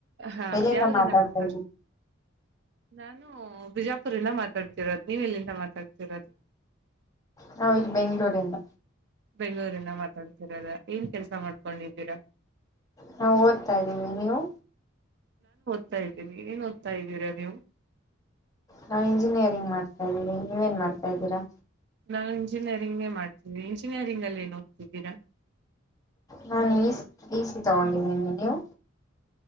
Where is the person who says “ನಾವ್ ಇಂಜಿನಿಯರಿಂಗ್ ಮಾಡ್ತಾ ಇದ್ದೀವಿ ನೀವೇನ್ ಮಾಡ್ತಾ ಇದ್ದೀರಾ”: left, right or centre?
Left